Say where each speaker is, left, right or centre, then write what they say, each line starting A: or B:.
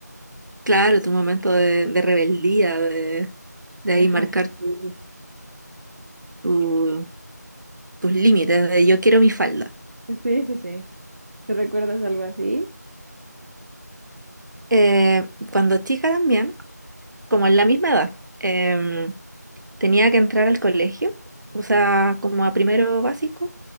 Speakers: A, on the right (about 80°); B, on the right (about 55°).
A: Claro, tu momento de, de rebeldía, de, de ahí
B: <laughs> Ajá.
A: marcar tu- tu- tus límites, de yo quiero mi falda.
B: Sí, sí, sí. ¿Tú recuerdas algo así?
A: Eh, cuando chica también, como en la misma edad, em, tenía que entrar al colegio, o sea, como a primero básico,